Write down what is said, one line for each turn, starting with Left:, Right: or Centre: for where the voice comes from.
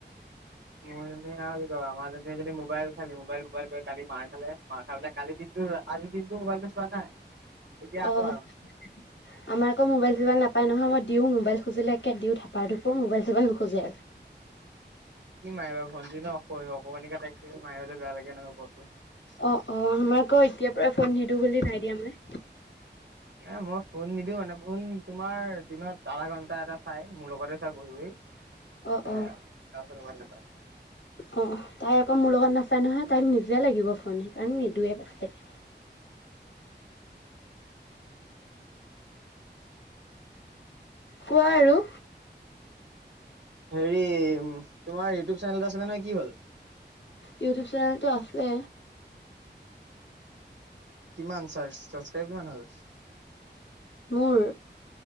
Right: মোৰ জনীয়ে কি কৰিব আমাৰ জনীয়ে মোবাইল খালি, মোবাইল, মোবাইল কৰি কালি মাৰ খালে। মাৰ খাই পেলাই কালি দিনটো আজি দিনটো মোবাইলটো চোৱা নাই এতিয়া আকৌ
Left: অ আমাৰ
Right: আৰম্ভ
Left: আকৌ মোবাইল-চোবাইল নাপাই নহয় মই দিওঁ মোবাইল খুজিলে একে দিওঁ থাপাৰ থুপুৰ মোবাইল তাৰ পৰা নোখোজে আৰু।
Right: কি মাৰিবা ভণ্টি ন স অকমানিকে তাইক মাৰিবলে বেয়া লাগে নহয় সৰু যে
Left: অ অ আমাৰ আকৌ এতিয়াৰ পৰা ফোন নিদিওঁ বুলি নাই দিয়া মই
Right: এ মই ফোন নিদিওঁ মানে ফোন তোমাৰ দিনত আধা ঘণ্টা এটা চাই মোৰ লগতে চাই বহি বহি।
Left: অ
Right: সেয়াই
Left: অ
Right: আৰু তাৰপাছত মোবাইল নাপায়
Left: অ অ তাই আকৌ মোৰ লগত নাচায় নহয়, তাইক নিজে লাগিব ফোন সেইকাৰণে নিদিওয়ে বাপেকে। কোৱা আৰু।
Right: হেৰি উম, তোমাৰ ইউটিউব চেনেল <unintelligible> আছিলে নহয়, কি হ'ল?
Left: ইউটিউব চেনেলটো আছে।
Right: কিমান চা্চক্ৰাইবাৰ কিমান হ'ল?
Left: মোৰ